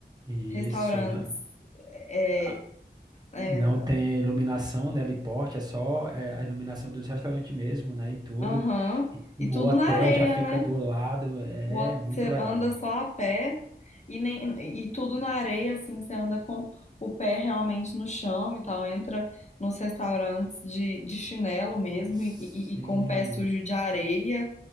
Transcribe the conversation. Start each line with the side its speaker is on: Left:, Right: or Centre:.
Right: isso,
Left: Restaurantes.
Right: né,
Left: é,
Right: a-
Left: é,
Right: não tem iluminação, né, ali porte, é só é, a iluminação dos restaurantes mesmo, né, e tudo,
Left: Aham.
Right: e, e
Left: E tudo
Right: o hotel
Left: na areia,
Right: já fica
Left: né?
Right: do lado, é
Left: Você
Right: muito legal.
Left: anda só a pé e, nem, e tudo na areia, assim, você anda com o pé realmente no chão e tal. Entra nos restaurantes de, de chinelo mesmo
Right: Sim.
Left: e, e- e com o pé sujo de areia.